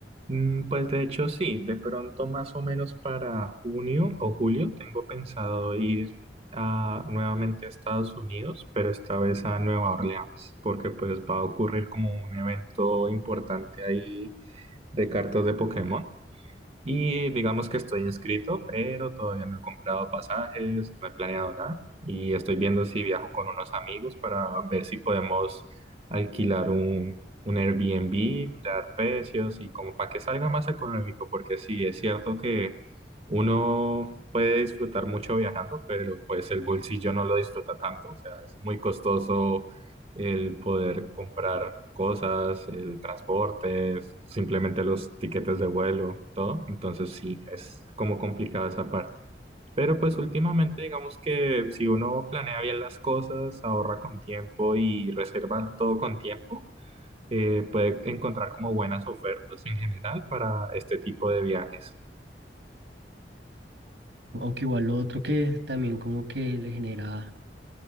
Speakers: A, on the right (about 35°); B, on the right (about 75°).
A: Mm, pues de hecho sí, de pronto más o menos para junio o julio tengo pensado ir a, nuevamente a Estados Unidos, pero esta vez a Nueva Orleans, porque pues va a ocurrir como un evento importante ahí de cartas de Pokémon. Y digamos que estoy inscrito, pero todavía no he comprado pasajes, no he planeado nada. Y estoy viendo si viajo con unos amigos para ver si podemos alquilar un, un Airbnb, mirar precios y como para que salga más económico, porque sí, es cierto que uno puede disfrutar mucho viajando, pero pues el bolsillo no lo disfruta tanto. O sea, es muy costoso el poder comprar cosas, el transporte, simplemente los tiquetes de vuelo, todo. Entonces sí, es como complicada esa parte. Pero pues últimamente digamos que si uno planea bien las cosas, ahorra con tiempo y reserva todo con tiempo, eh, puede encontrar como buenas ofertas en general para este tipo de viajes.
B: Aunque igual lo otro que también como que le genera